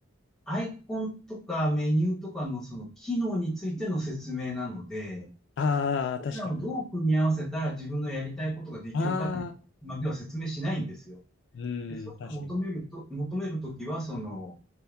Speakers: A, in the centre; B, on the left.
A: アイコンとかメニューとかのその機能についての説明なので、
B: ああ、
A: それらをどう組み合わせたら自分のやりたいことができるかってまでは説明しないんですよ。
B: 確かに。ああ、うん、
A: で、そういうのを求めると、
B: 確かに。
A: 求めるときは、その、